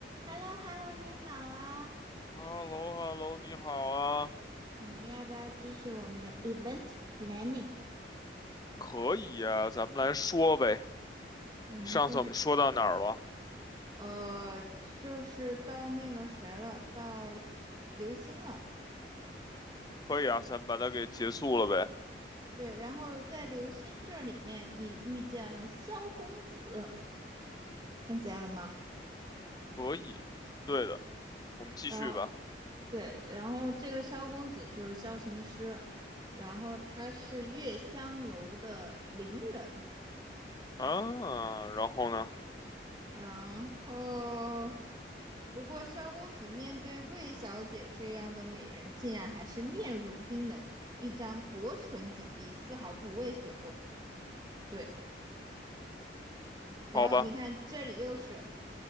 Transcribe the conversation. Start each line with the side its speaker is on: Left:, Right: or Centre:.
Right: h e l l o h e l l o 你好啊！
Left: 哈喽哈喽，你好啊，
Right: 我们要不要继续我们的 event planning？
Left: 可以啊，咱们来说呗。
Right: 我们继续，
Left: 上次我们说到哪儿了？
Right: 呃，就是到那个谁了，到刘星了。
Left: 可以啊，咱们把它给结束了呗。
Right: 对，然后在刘星这里面，你遇见了萧公子，看见了吗？
Left: 可以，对的，我们继续吧。
Right: 然后对，然后这个萧公子就是萧琴师，然后他是月香楼的伶人。
Left: 啊，然后呢？
Right: 然后，不过萧公子面对魏小姐这样的美人，竟然还是面容冰冷，一张薄唇紧闭，丝毫不为所动。对，然后你看这里又是
Left: 好吧，